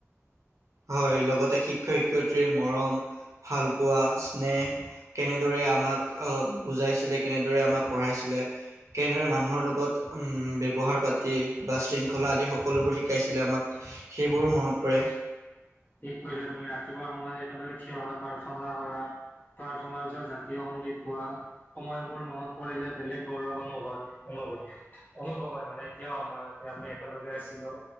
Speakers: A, on the right (about 75°); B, on the left (about 35°).
A: হয় লগতে শিক্ষক শিক্ষয়িত্ৰীৰ মৰম ভাল পোৱা স্নেহ। কেনেদৰে আমাক আহ বুজাইছিলে কেনেদৰে আমাক পঢ়াইছিলে। কেনেদৰে মানুহৰ লগত উম ব্যৱহাৰ পাতি বা শৃংখলা আদি সকলোবোৰ শিকাইছিল আমাক। সেইবোৰো মনত পৰে।
B: ঠিক কৈছা তুমি ৰাতিপুৱা সময়ত সদায় খিয় হৈ প্ৰাৰ্থনা কৰা। প্ৰাথনা পিছত জাতীয় সংগীত গোৱা সময়বোৰ মনত পৰিলে বেলেগ গৌৰৱ অনুভৱ- অনুভৱ অনুভৱ হয় মানে এতিয়াও আমাৰ এতিয়া আমি একেলগে আছিলো।